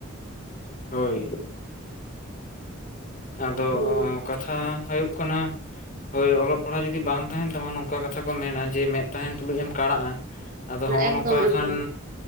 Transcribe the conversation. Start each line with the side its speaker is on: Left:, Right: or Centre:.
Left: ᱦᱳᱭ᱾ ᱟᱫᱚ
Right: ᱦᱳᱭ
Left: ᱠᱟᱛᱷᱟ ᱦᱳᱭᱳᱜ ᱠᱟᱱᱟ ᱦᱳᱭ ᱚᱞᱚᱜ ᱯᱟᱲᱦᱟ ᱡᱩᱫᱤ ᱵᱟᱝ ᱛᱟᱸᱦᱮᱱ ᱛᱟᱢᱟ ᱱᱚᱝᱠᱟ ᱠᱟᱛᱷᱟ ᱠᱚ ᱢᱮᱱᱟ ᱡᱮ ᱢᱮᱫ ᱛᱟᱸᱦᱮᱱ ᱛᱩᱞᱩᱡ ᱮᱢ ᱠᱟᱸᱬᱟᱜ-ᱟ᱾ ᱟᱫᱚ ᱦᱚᱸᱜ
Right: ᱮᱠᱫᱚᱢ
Left: ᱱᱚᱝᱠᱟ
Right: ᱮᱠᱫᱚᱢ
Left: ᱠᱷᱟᱱ